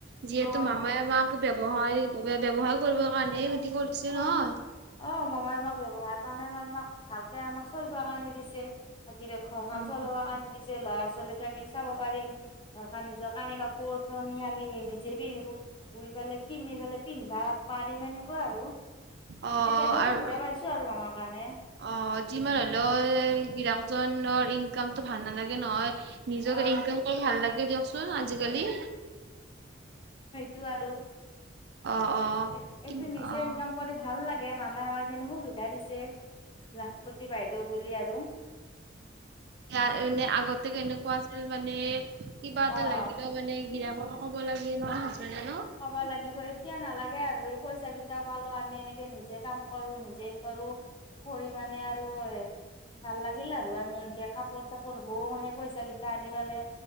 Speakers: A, on the right; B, on the left.
A: যিহেতু
B: অ'।
A: মামাই আমাক ব্যৱসায় ব্যৱসায় কৰিবৰ
B: কৰি
A: কাৰণে এই
B: অ
A: গতি কৰিছে
B: অ
A: নহয়।
B: অ' মামাই আমাক আমাক ভালকে আমাক চলিবৰ কাৰণে দিছে। ধিৰে ঘৰখন
A: অ',
B: চলাব কাৰণে দিছে, ল'ৰা ছোৱালীকে আমি চাব পাৰিম। <unintelligible> ভাট পাৰিম এনেকুৱা আৰু এই
A: অ',
B: খিনি
A: আৰু
B: সুবিধা পাইছো আৰু মমাৰ কাৰণে।
A: অ' যিমান হ'লেও গিৰিয়েক জনৰ ইনকামটো ভাল নালাগে নহয়। নিজকে
B: অ
A: ইনকম কৰি ভাল লাগে দিয়কচোন আজিকালি।
B: টো আৰু
A: অ', অ'।
B: এ
A: কি
B: এইটো নিজে
A: অ',
B: ইনকাম কৰি ভাল লাগে মামাই মামাই আমাক সেইখিনি সুবিধা দিছে, লাখপতি বাইদেউ বুলি আৰু।
A: আ, এনেই আগতে কেনেকুৱা আছিল মানে, কিবা
B: অ
A: এটা লাগিলেও মানে গিৰিয়েকক হ'ব লাগে <inaudible>
B: ক'ব লাগিব, এতিয়া নালাগে আৰু এই পইচা কিটাও পালো আমি এনেকে নিজে কাম কৰো নিজে কৰো। কৰি মানে আৰু এ ভাল লাগিল আৰু, আমি এতিয়া কাপোৰ চাপোৰ বওঁ সেই কেই টা আনিবলে,